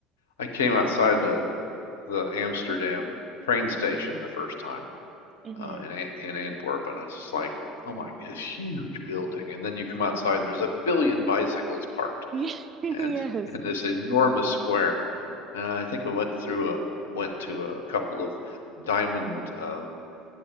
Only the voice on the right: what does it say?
Mm-hmm.
Yeah.
<laughs>
Yes.